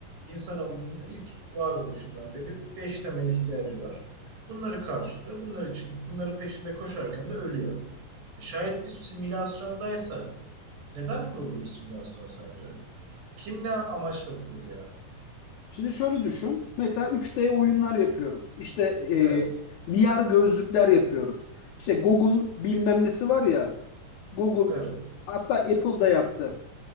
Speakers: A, on the right; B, on the left.
A: İnsanoğlunun ilk varoluşundan beri beş temel ihtiyacı var. Bunları karşılıyor. Bunlar için, bunların peşinde koşarken de ölüyor. E şayet biz simülasyondaysak, neden kuruldu bu simülasyon sence? Kim ne amaçla kurdu yani?
B: Şimdi şöyle düşün. Mesela 3D oyunlar yapıyoruz. İşte e,
A: Evet,
B: VR gözlükler yapıyoruz. İşte Google bilmem nesi var ya. Google
A: evet.
B: hatta Apple da yaptı.